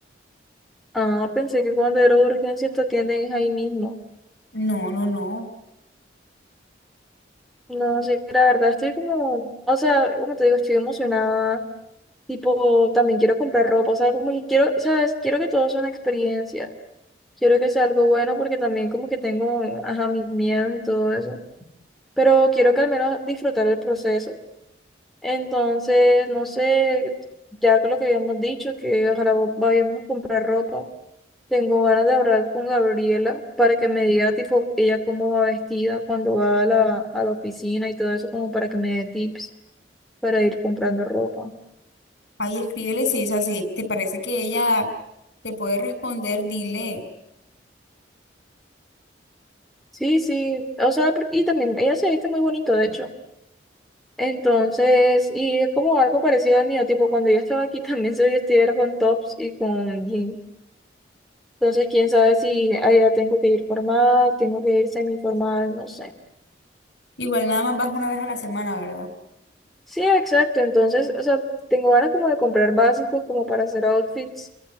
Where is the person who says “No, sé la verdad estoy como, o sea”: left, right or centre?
Centre